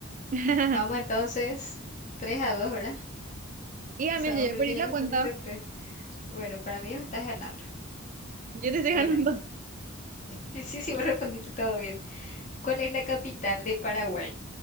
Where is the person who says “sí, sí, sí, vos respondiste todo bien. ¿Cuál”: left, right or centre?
Left